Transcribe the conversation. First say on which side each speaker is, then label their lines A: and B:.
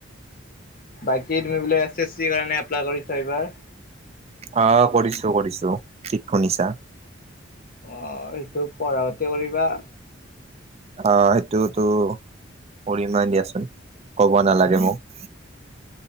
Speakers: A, on the left; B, on the right.
A: বাকী তুমি বোলে এছ এছ চিৰ কাৰণে এপ্লাই কৰিছা এইবাৰ
B: অ কৰিছো কৰিছো ঠিক শুনিছা
A: অ সেইটো পঢ়া পাতি কৰিবা
B: অ সেইটোতো পৰিমেই দিয়াচোন ক'ব নালাগে মোক